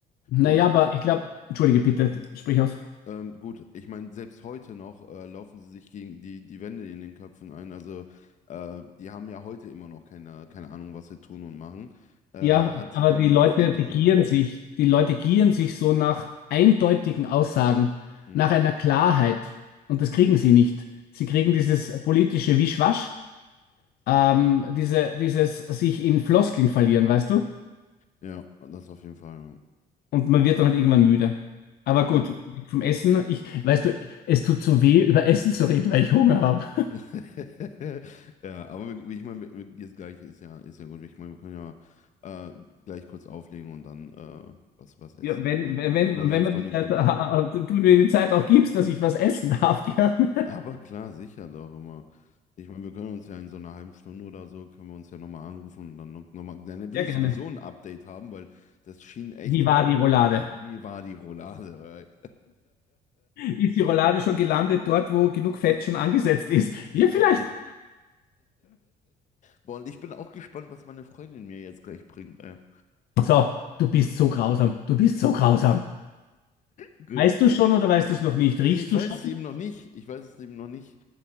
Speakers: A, on the left; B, on the left.
A: Naja,
B: Gut,
A: aber ich glaube, entschuldige bitte, sprich aus.
B: Ähm, gut, ich meine, selbst heute noch äh, laufen sie sich gegen die, die Wände in den Köpfen ein. Also äh, die haben ja heute immer noch keine, keine Ahnung, was sie tun und machen. Äh,
A: Ja,
B: hat sich
A: aber
B: ja
A: die
B: nicht
A: Leute,
B: viel geändert.
A: die gieren sich, die Leute gieren sich so nach eindeutigen Aussagen,
B: Hm.
A: nach einer Klarheit. Und das kriegen sie nicht. Sie kriegen dieses politische Wischwasch, ähm, diese, dieses sich in Floskeln verlieren, weißt du?
B: Ja, das auf jeden Fall.
A: Und man wird dann halt irgendwann müde. Aber gut,
B: Ja.
A: weg vom Essen, ich, weißt du, es tut so weh, über Essen
B: Ja,
A: zu reden, weil ich Hunger habe.
B: <laughs> ja aber wie ich meine, wir- wir- jetzt gleich ist ja, ist ja gut. Ich meine, wir können ja äh, gleich kurz auflegen und dann äh, was, was essen.
A: Ja, wenn,
B: Ich meine,
A: wenn, wenn,
B: ich meine, meine
A: wenn man
B: Freundin
A: die Zeit,
B: kommt
A: äh,
B: ja
A: äh,
B: sowieso gleich.
A: du mir die Zeit auch gibst, dass ich was essen darf, <laughs> gerne.
B: Aber klar, sicher doch immer. Ich meine, wir können uns ja in so einer halben Stunde oder so, können wir uns ja nochmal anrufen und dann nochmal, dann will
A: Sehr
B: ich
A: gerne.
B: sowieso ein Update haben, weil das schien echt,
A: Wie war die Roulade?
B: wie war die Roulade?
A: Ist die Roulade schon gelandet dort, wo genug Fett schon angesetzt ist? Ja,
B: <laughs>
A: vielleicht.
B: Boah, und ich bin auch gespannt, was meine Freundin mir jetzt gleich bringt. Ja.
A: So, du bist so grausam. Du bist so grausam.
B: Gut.
A: Weißt
B: äh,
A: du schon oder weißt du es noch nicht?
B: Nee,
A: Riechst
B: ich weiß
A: du schon?
B: es eben noch nicht. Ich weiß es eben noch nicht.